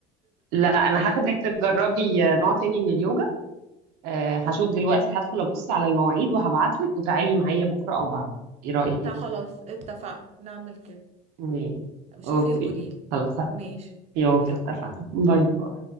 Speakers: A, on the right (about 80°); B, on the right (about 40°).
A: لا انا هاخدك تجربي آه، نوع تاني من اليوجا آه هشوف
B: آه.
A: دلوقتي هدخل ابص على المواعيد وهبعت لك وتعالي معايا بكره او بعد ايه رايك
B: طب خلاص اتفقنا نعمل كده
A: ماشي.
B: شوفي
A: اوكي
B: وقوليلي
A: خلاص
B: ماشي
A: اوكي
B: يلا
A: اتفقنا
B: باي
A: باي باي